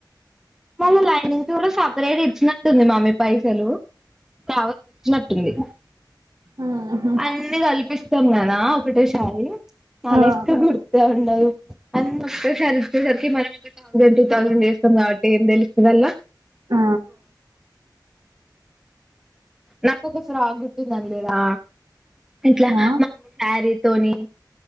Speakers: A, in the centre; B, on the right.
A: మళ్ళ లైనింగ్స్ కూడా సపరేట్ ఇచ్చినట్టుంది మామ్మీ పైసలు కావచ్ ఇచ్చినట్టుంది
B: హుహు.
A: అన్ని కల్పిస్తాం కదా ఒకటేసారి నాలెక్క
B: ఆ
A: గుర్తే ఉండదు అన్నోక్కసారి వచ్చేసరికి మనం ఒక థౌసండ్ టూ థౌసండ్ చేస్తాం కా ట్టె ఏం తెలుస్తుందల్లా
B: ఆ
A: నాకొక ఫ్రాక్ కుట్టిందన్ లేదా ఇట్లా
B: ఆ
A: మమ్మి శారీ తోని